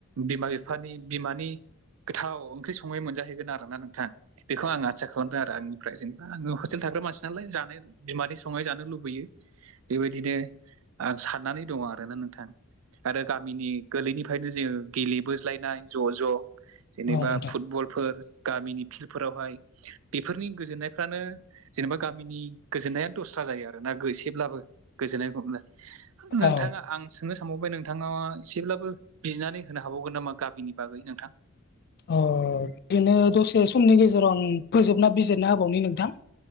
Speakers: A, on the right; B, on the left.
A: बिमा बिफानि बिमानि गोथाव ओंख्रि संनाय मोनजाहैगोन आरोना नोंथां। बेखौ आं आसा खालामदों आरो आंनिफ्राय जेनेबा आङो हस्टेल थाग्रा मानसि नालाय जानो बिमानि संनाय जानो लुबैयो। बेबायदिनो आं साननानै दङ आरोना नोंथां। आरो गामिनि गोरलैनिफ्रायनो जोङो गेलेबोज्लायनाय ज' ज'। जेनेबा
B: नोंथां
A: फुटबलफोर गामिनि फिल्डफोरावहाय बेफोरनि गोजोननायफ्रानो जेनेबा गामिनि गोजोननाया दस्रा जायो आरोना एसेब्लाबो गोजोननाय <unintelligible> नोंथाङा
B: औ
A: आं सोंनो सानबावबाय नोंथाङा एसेब्लाबो बिनानै होनो हाबावगोन नामा गामिनि बागै नोंथां।
B: अ बिदिनो दसे समनि गेजेराव आं फोजोबना बिजिरना होबावनि नोंथां।